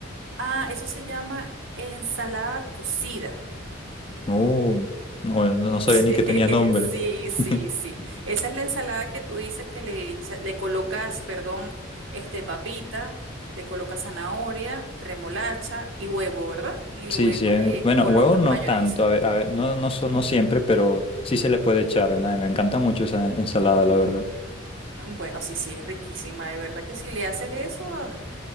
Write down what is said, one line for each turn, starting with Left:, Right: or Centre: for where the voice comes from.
Right: ah, eso se llama ensalada cocida.
Left: Uh, no, no no sabía
Right: Sí,
Left: ni que tenía
Right: <laughs>
Left: nombre.
Right: sí,
Left: <laughs>
Right: sí, sí. Esa es la ensalada que tú dices que le echa- le colocas, perdón, este papita, le colocas zanahoria, remolacha y huevo, ¿verdad? Y luego
Left: Sí, sí. eh,
Right: le
Left: Bueno,
Right: colocas
Left: huevo no
Right: mayonesa.
Left: tanto, a ve- a ve- no, no, so- no siempre, pero sí se le puede echar. ¿no? Y Me encanta mucho esa ensalada, la verdad.
Right: Mm, Bueno, sí, sí, es riquísima, de verdad que si le haces eso, ah,